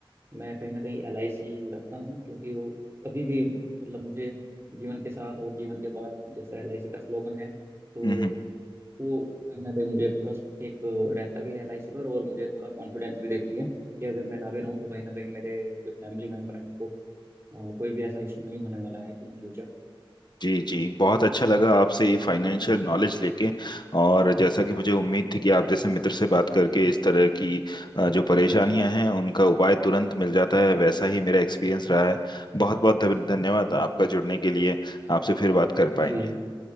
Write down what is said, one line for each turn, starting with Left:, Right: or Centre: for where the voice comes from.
Right: मैं कहीं ना कहीं एल आई सी रखता हूँ क्योंकि वो कभी भी मतलब मुझे जीवन के साथ और जीवन के बाद जैसा एल आई सी का स्लोगन है तो
Left: हम्म हम्म।
Right: वो कहीं ना कहीं मुझे ट्रस्ट एक रहता भी है एलआईसी पर और मुझे थोड़ा कॉन्फिडेंस भी देती है कि अगर मैं ना भी रहूँ तो कहीं ना कहीं मेरे जो फैमिली मेम्बर हैं उनको अ, कोई भी ऐसा इशू नहीं होने वाला है इन फ्यूचर
Left: जी जी बहुत अच्छा लगा आपसे ये फाइनेंशियल नॉलेज लेके और जैसा कि मुझे उम्मीद थी कि आप जैसे मित्र से बात करके इस तरह की अ, जो परेशानियां हैं उनका उपाय तुरंत मिल जाता है वैसा ही मेरा एक्सपीरियंस रहा है बहुत बहुत धन्यवाद आपका जुड़ने के लिए आपसे फिर बात कर पाएंगे
Right: जी